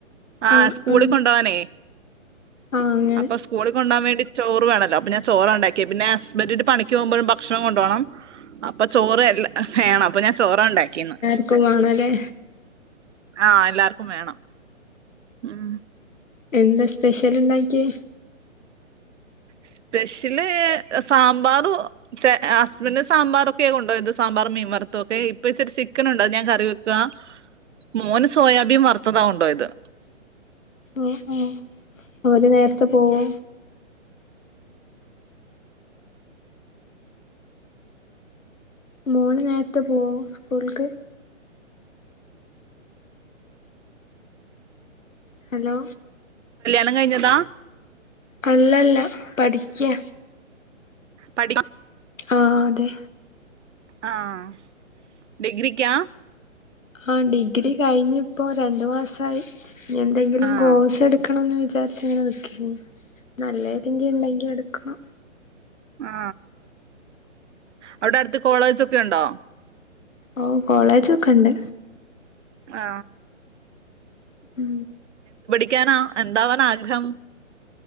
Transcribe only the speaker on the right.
ആ
സ്കൂളിൽ
കൊണ്ടവാനേ
അപ്പൊ സ്കൂളി കൊണ്ടആൻ വേണ്ടി ചോറ് വേണല്ലോ അപ്നെ ചോറണ്ടാക്കി പിന്നെ ഹസ്ബൻഡ്ന്റെ പണിക് പോവുമ്പഴും ഭക്ഷണം കൊണ്ടോണം അപ്പൊ ചോറ് എല് ഹെ വേണം അപ്പൊ ഞാൻ ചോറ ണ്ടാക്കിന്ന്
ആ എല്ലാർക്കും വേണം ഉം
സ്പെഷ്യല് സാമ്പാറു റ്റെ ഹസ്ബൻന്റ് സാമ്പാറൊക്കെ കൊണ്ടോയത് സാമ്പാറ് മീൻ വറുത്തുക്കെ ഇപ്പൊ ഇച്ചിരി ചിക്കൻ ഉണ്ട ഞാൻ കറി വെക്ക മോന് സോയാബീൻ വറുത്തതാ കൊണ്ടോയത്
ണം കഴിഞ്ഞതാ
പഠി <inaudible>
ആഹ് ഡിഗ്രിക്കാ
ആഹ്
ആ അവിടെ അടുത്ത് കോളേജൊക്കെ യുണ്ടോ
ആ
ഠിക്കാന എന്താവാനാ ആഗ്രഹം